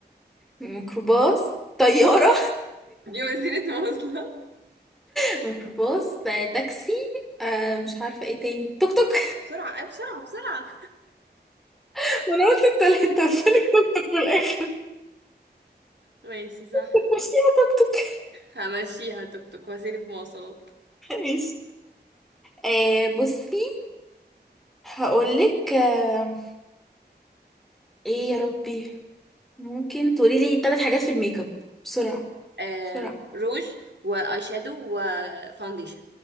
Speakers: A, in the centre; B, on the right.
A: ميكروباص طيارة
B: دي وسيله مواصلات
A: مش ميكروباص ده تاكسي آه مش عارفة ايه تاني توك توك
B: بسرعة أي بسرعة بسرعة
A: <laughs> انا قلت التلاتة بس لك توك توك في الاخر <laughs>
B: ماشي صح
A: مش فيها توك توك
B: همشيها توك توك وسيلة مواصلات
A: <laughs> ماشي آه بصي هقولك آه ايه يا ربي ممكن تقولي لي ثلاث حاجات في الميك اب بسرعة
B: آم،
A: بسرعة
B: روج واي شادو وفاونديشن